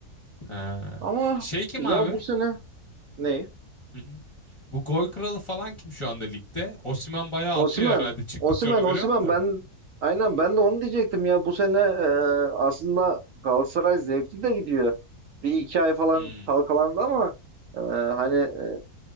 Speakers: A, on the left; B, on the right.
A: He.
B: Ama
A: Şey kim
B: ya
A: abi?
B: bu sene ne?
A: Hı hı. Bu gol kralı falan kim şu anda ligde? Osimhen bayağı atıyor
B: Osimhen,
A: herhalde çıktıkça
B: Osimhen,
A: onu görüyorum
B: Osimhen
A: da.
B: ben aynen ben de onu diyecektim ya bu sene e, aslında Galatasaray zevkli de gidiyor. Bir iki ay falan
A: Hmm.
B: kalkalandı ama e, hani e,